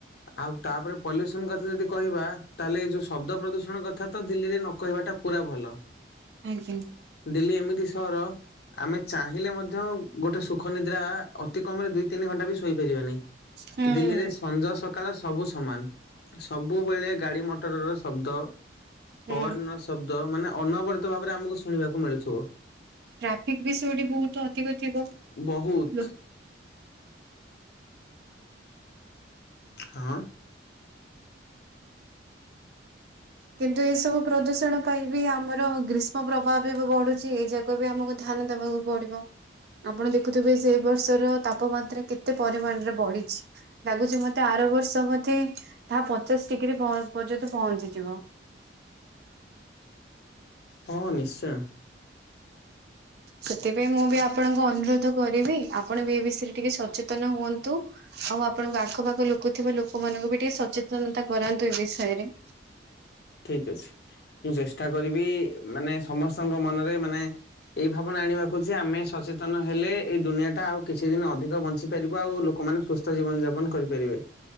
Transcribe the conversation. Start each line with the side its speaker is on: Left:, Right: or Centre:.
Left: ଆଉ ତାପରେ ପଲ୍ୟୁସନ କଥା ଯଦି କହିବା ତାହେଲେ ଏଇ ଯୋଉ ଶବ୍ଦ ପ୍ରଦୂଷଣ କଥା ତ ଦିଲ୍ଲୀରେ ନକହିବା ଟା ପୁରା ଭଲ।
Right: ଆଜ୍ଞା
Left: ଦିଲ୍ଲୀ ଏମିତି ସହର ଆମେ ଚାହିଁଲେ ମଧ୍ୟ ଗୋଟେ ସୁଖ ନିଦ୍ରା ଅତି କମ୍ ରେ ଦୁଇ ତିନି ଘଣ୍ଟା ବି ଶୋଇପାରିବାନି
Right: ହୁଁ
Left: ଦିଲ୍ଲୀରେ ସଞ୍ଜ ସକା କାଳ ସବୁ ସମାନ ସବୁବେଳେ ଗାଡି ମଟରର ଶବ୍ଦ
Right: ହୁଁ
Left: ହର୍ନ ର ଶବ୍ଦ ମାନେ ଅନାବରତ ଭାବରେ ଆମକୁ ଶୁଣିବାକୁ ମିଳୁଥିବ।
Right: ଟ୍ରାଫିକ ବି ସେଇଠି ବହୁତ ଅଧିକ ଥିବ
Left: ବହୁତ
Right: ଲୋକ୍
Left: ହଁ-ଅ
Right: କିନ୍ତୁ ଏସବୁ ପ୍ରଦୂଷଣ ପାଇଁ ବି ଆମର ଗ୍ରୀଷ୍ ଗ୍ରୀଷ୍ମ ପ୍ରଭାବ ବି ଏବେ ବଢୁଛି ଏଇ ଯାକ ବି ଆମକୁ ଧ୍ୟାନ ଦବାକୁ ପଡିବ। ଆପଣ ଦେଖୁଥିବେ ଯେ ଏ ବର୍ଷର ତାପମାତ୍ରା କେତେ ପରିମାଣରେ ବଢିଛି। ଲାଗୁଛି ମତେ ଆର ବର୍ଷ ବୋଧେ ତାହା ପଚାଶ ଡିଗ୍ରୀ ପ- ପର୍ଯ୍ୟନ୍ତ ପହଞ୍ଚିଯିବ। <inaudible>
Left: ହଁ ନିଶ୍ଚୟ
Right: ସେଥିପାଇଁ ମୁଁ ବି ଆପଣଙ୍କୁ ଅନୁରୋଧ କରିବି। ଆପଣ ବି ଏ ବିଷୟରେ ଟିକେ ସଚେତନ ହୁଅନ୍ତୁ। ଆଉ ଆପଣଙ୍କ ଆଖ ପାଖ ଲୋକଥିବା ଲୋକମାନଙ୍କୁ ବି ଟିକେ ସଚେତନତା କରାନ୍ତୁ ଏ ବିଷୟରେ
Left: ଠିକ ଅଛି, ମୁଁ ଚେଷ୍ଟା କରିବି ମାନେ ସମସ୍ତଙ୍କ ମନରେ ମାନେ ଏଇ ଭାବନା ଆଣିବାକୁ ଯେ ଆମେ ସଚେତନ ହେଲେ ଏଇ ଦୁନିଆ ଟା ଆଉ କିଛି ଦିନ ଅଧିକ ବଞ୍ଚ ଚି ପାରିବ ଆଉ ଲୋକମାନେ ସୁସ୍ଥ ଜୀବନ ଯାପନ କରିପାରିବେ।